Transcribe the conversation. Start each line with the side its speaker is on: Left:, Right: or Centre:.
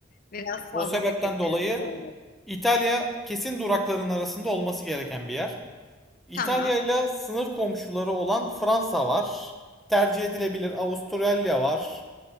Left: Biraz
Centre: O
Left: fazla
Centre: sebepten
Left: tüketiyoruz.
Centre: dolayı
Left: Doğru.
Centre: İtalya kesin durakların arasında olması gereken bir yer. İtalya
Left: Tamam.
Centre: ile sınır komşuları olan Fransa var. Tercih edilebilir Avustralya var.